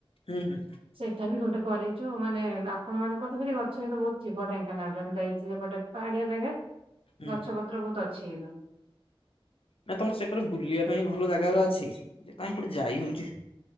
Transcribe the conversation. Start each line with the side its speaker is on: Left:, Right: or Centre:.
Left: ହୁଁ ହୁଁ।
Right: ସେଇଟା ବି ଗୋଟେ କରେଇଚୁ। ମାନେ ଆପଣ ମାନଙ୍କର ତ ସେଇଠି ଗଛ <unintelligible> ବହୁତ ଥିବ ଢେଙ୍କାନାଳରେ ମୁଁ ଯାଇଛି ସେପଟେ ପାହାଡିଆ ଜାଗା।
Left: ହୁଁ।
Right: ଗଛ ପତ୍ର ବହୁତ ଅଛି କିନ୍ତୁ।
Left: ନାଇଁ ତମର ସେକରେ ବୁଲିଆ ପାଇଁ ଭଲ ଜାଗା ଗୁରା ଅଛି ଯେ କାଇଁ କୋଉଠି ଯାଇ ହଉଛି।